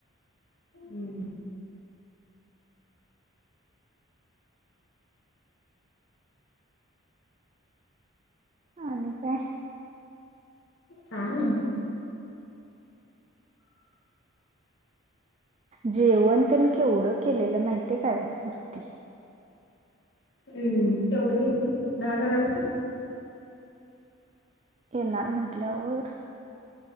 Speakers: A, on the left (about 55°); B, on the right (about 30°).
A: हम्म.
B: <inaudible> आणि काय?
A: काय नाही.
B: जेवण तेन केवढं केलेलं माहितीय काय सुरती?
A: हम्म, केवढं केलत दहा जणांच?
B: येणार म्हंटल्यावर.